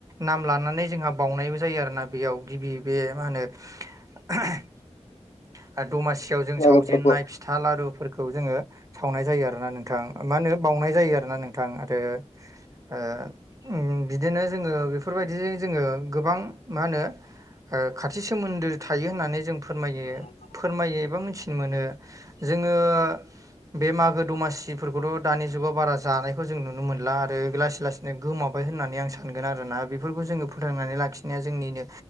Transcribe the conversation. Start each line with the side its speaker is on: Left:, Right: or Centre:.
Right: नाम लानानै जोंहा बावनायबो जायो आरोना बेयाव गिबि बे मा होनो <unintelligible> दमासियाव जों
Left: मागो
Right: सावजेनन्नाय
Left: फोरबोआव
Right: फिथा लारुफोरखौ जोंङो सावनाय जायो आरोना नोंथां, मा होनो बावनाय जायो आरोना नोंथां। आरो ओ ओम बिदिनो जोंङो बेफोरबायदिजों जोंङो गोबां मा होनो? ओ खाथि सोमोन्दो थायो होननानै जों फोरमायो।
Left: <unintelligible>
Right: -फोरमायो एबा मिथिनो मोनो। जोंङो बे मागो दमासिफोरखौथ' दानि जुगाव बारा जानायखौ जों नुनो मोनला आरो लासै-लासै गोमाबाय होननानै आं सानगोन आरोना बेफोरखौ जोंङो फोथांनानै लाखिनाया जोंनिनो